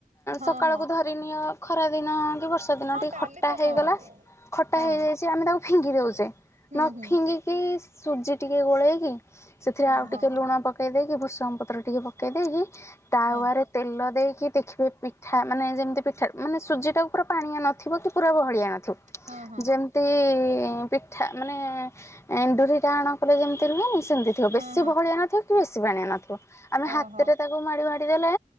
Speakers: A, on the right; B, on the left.
A: ହଁ
B: ସକାଳକୁୁ
A: ହଁ
B: ଧରିନିଅ ଖରା ଦିନ କି ବର୍ଷା ଯଉ ଦିନେ
A: ହଁ
B: ଟିକେ
A: ଡାଲି
B: ଖଟା
A: ତ ହଁ
B: ହେଇଗଲା, ଖଟା
A: ହଁ
B: ହେଇଯାଇଛି ଆମେ ତାକୁ ଫିଙ୍ଗି ଦେଉଛେ,
A: ହୁଁ
B: ନ
A: ହୁଁ
B: ଫିଙ୍ଗି କି ସୁଜି ଟିକେ ଗୋଳେଇକି, ସେଥିରେ
A: ହଁ
B: ଆଉ
A: ହଁ
B: ଟିକେ ଲୁଣ ପକେଇ ପକେଇ ଦେଇକି, ଭୂଷଙ୍ଗ ପତ୍ର ଟିକେ ପକେଇ ଦେଇକି, ତାୱାରେ
A: ହଁ
B: ତେଲ ଦେଇକି, ଦେଖିବେ ପିଠା ମାନେ ଯେମିତି ପିଠା ମାନେ ସୁଜିଟାକୁ ପୁରା ପାଣିଆ ନଥିବ କି ପୁରା ଗହଳିଆ ନଥି- ଠିକ୍
A: ହଁ ହଁ
B: ଯେମତି ପିଠା ମାନେ ଏଣ୍ଡୁରି ଟାଣ କଲେ ଯେମିତି ରୁହେନି, ସେମିତି ଥିବ
A: ହଁ
B: ବେଶୀ
A: ହଁ
B: ବହଳିଆ ନ ଥିବ କି ବେଶୀ ପାାଣିଆ ନଥିବ ଆମେ
A: ଓହୋ
B: ହାତରେ ତାକୁ ମାଡି ମାଡି ଦେଲେ